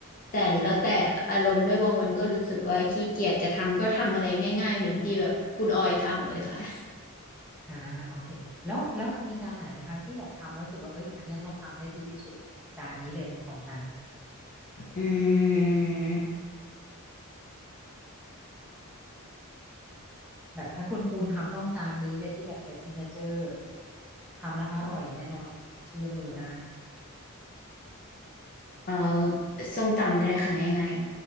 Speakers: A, on the left; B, in the centre.
A: แต่แล้วแต่อารมณ์ด้วยบางวันก็รู้สึกว่าขี้เกียจจะทำก็ทำอะไรง่ายๆเหมือนที่แบบคุณออยทำเลยค่ะ <laughs>
B: อ่าโอเคแล้วแล้วมีจานไหนไหมคะที่แบบทำแล้วรู้สึกว่าเอ้ยอันเนี้ยเราทำได้ดีที่สุดจานนี้เลยของฉัน
A: อืม
B: แบบถ้าคุณปูนทำต้องจานนี้เลยที่แบบเป็นซิกเนเจอร์ทำแล้วอร่อยแน่นอนเชื่อมือได้
A: เอาส้มตำก็ได้ค่ะง่าย